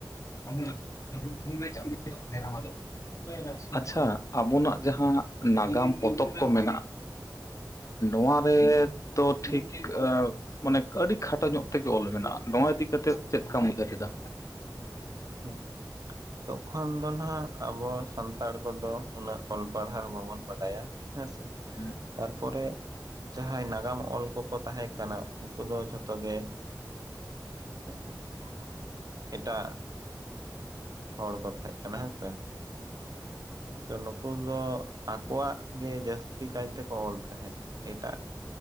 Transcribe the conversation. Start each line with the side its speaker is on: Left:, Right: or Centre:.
Left: <unintelligible> ᱟᱪᱪᱷᱟ ᱟᱵᱚᱱᱟᱜ ᱡᱟᱦᱟᱸ ᱱᱟᱜᱟᱢ ᱯᱚᱛᱚᱵ ᱠᱚ ᱢᱮᱱᱟᱜ-ᱟ ᱱᱚᱣᱟ ᱨᱮ ᱫᱚ ᱴᱷᱤᱠ ᱢᱟᱱᱮ ᱟᱹᱰᱤ ᱠᱷᱟᱴᱚ ᱧᱚᱜ ᱛᱮᱜᱮ ᱚᱞ ᱢᱮᱱᱟᱜ-ᱟ ᱱᱚᱣᱟ ᱤᱫᱤ ᱠᱟᱛᱮ ᱪᱮᱫ ᱠᱟᱢ ᱩᱭᱦᱟᱹᱨ ᱮᱫᱟ?
Right: ᱦᱩᱸ ᱛᱚᱠᱷᱚᱱ ᱫᱚ ᱱᱟᱦᱟᱜ ᱟᱵᱚ ᱥᱟᱱᱛᱟᱲ ᱠᱚᱫᱚ ᱩᱱᱟᱹᱜ ᱚᱞ ᱯᱟᱲᱦᱟᱣ ᱵᱟᱵᱚᱱ ᱵᱟᱰᱟᱭᱟ ᱦᱮᱸᱥᱮ
Left: ᱦᱩᱸ,
Right: ᱛᱟᱨ ᱯᱚᱨᱮ ᱡᱟᱦᱟᱸᱭ ᱱᱟᱜᱟᱢ ᱚᱞ ᱠᱚᱠᱚ ᱛᱟᱦᱮᱸ ᱠᱟᱱᱟ ᱩᱱᱠᱩ ᱫᱚ ᱡᱷᱚᱛᱚ ᱜᱮ <unintelligible> ᱮᱴᱟᱜ ᱦᱚᱲ ᱠᱚ ᱛᱟᱦᱮᱸᱜ ᱠᱟᱱᱟ ᱦᱮᱸᱥᱮ ᱾
Left: <unintelligible>
Right: ᱱᱩᱠᱩ ᱫᱚ ᱟᱠᱣᱟᱜ ᱜᱮ ᱡᱟᱹᱥᱛᱤ ᱠᱟᱭ ᱛᱮᱠᱚ ᱚᱞ ᱛᱟᱦᱮᱸᱫ, ᱮᱴᱟᱜ